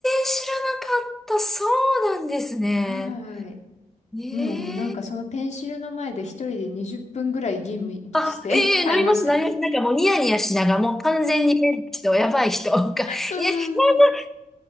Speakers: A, in the centre; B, on the left (about 55°).
A: 知らなかった。そうなんですね。
B: はーい。
A: ええ
B: もうなんかそのペンシルの前で一人で20分ぐらい吟味して
A: あ、ええなります、
B: <laughs> 買いました。
A: なります。なんかもうニヤニヤしながら、もう完全に変な人、やばい人が、いや、なんか、な
B: そうそうそうそう。
A: んかどうし、何に